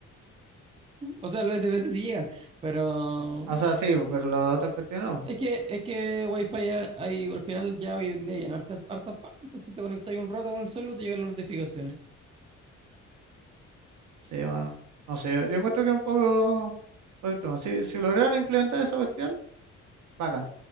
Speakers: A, on the right (about 20°); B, on the right (about 70°).
A: O sea, las veces sí llegan, pero
B: O sea, sí, pero las otras cuestiones no.
A: es que, es que Wi-Fi ya hay, al final ya hoy en día hay en hartas, hartas partes, entonces te conectas un rato con el celu y te llegan las notificaciones.
B: Sí, bueno, no sé, yo, yo encuentro que es un poco poco extremo. Si, si lograron implementar esa cuestión, bacán.